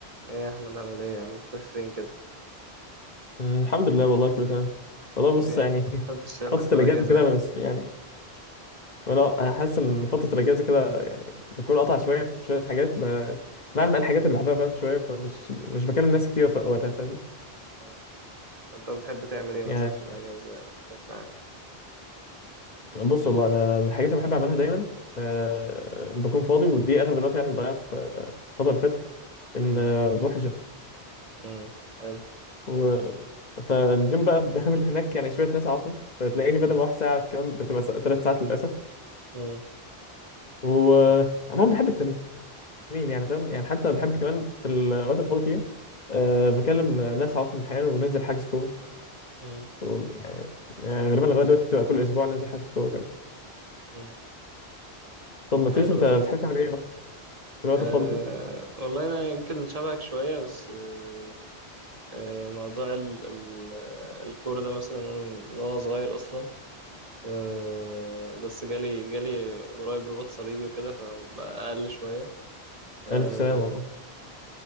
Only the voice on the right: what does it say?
ايه يا احمد عامل ايه يا عم مختفي فين كده
والله
ايه
محدش شافك
في
الاجازه
يعني
آه. انت بتحب تعمل ايه مثلا
في الاجازه بشكل عام
مم.
مم. حلو
مم.
مم.
مم.
حلو
مم.
حلو،
انت
آه
والله انا يمكن شبهك شويه بس آه آه، موضوع ال ال آه، الكوره ده مثلا من وانا صغير اصلا آه بس جالي جالي قريب رباط صليبي وكده فبقى اقل شويه آه